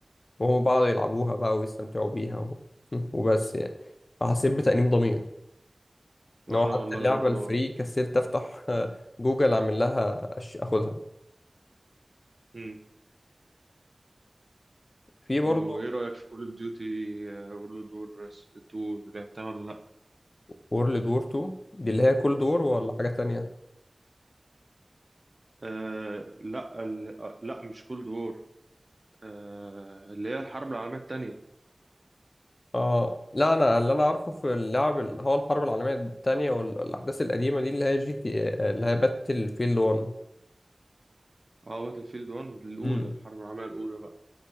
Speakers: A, on the left; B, on the right.
A: وهم بعضوا يلعبوها بقى ويستمتعوا بيها و... <laughs> وبس يعني فحسيت بتأنيب ضمير ان
B: وانا
A: هو حتى
B: والله
A: اللعبه
B: برضه
A: الفري
B: آه.
A: كسلت افتح <laughs> آه، جوجل اعمل لها أش... اخدها
B: امم
A: في برضه
B: وايه رايك في كول اوف ديوتي وورلد وور 2 لعبتها ولا لا
A: وورلد وور 2 دي اللي هي كل دور ولا
B: اه
A: حاجه تانية
B: آه، لا ال- آه، لا مش كولد وور آه، اللي هي الحرب العالميه الثانيه
A: اه لا انا اللي انا عارفه في اللعب اللي هو الحرب العالميه الثانيه والاحداث القديمه دي اللي هي جي تي آه، اللي هي باتل فيلد 1
B: اه باتل فيلد 1 الاولى
A: امم
B: الحرب العالميه الاولى بقى